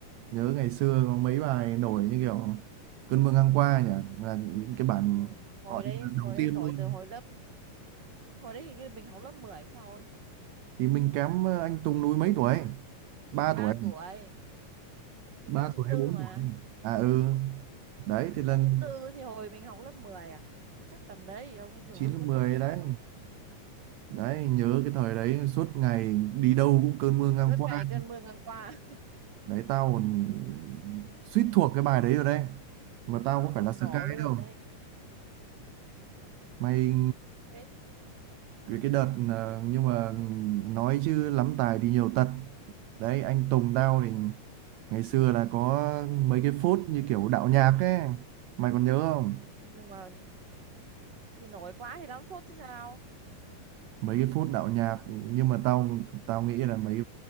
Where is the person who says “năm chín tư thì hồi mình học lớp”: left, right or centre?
Right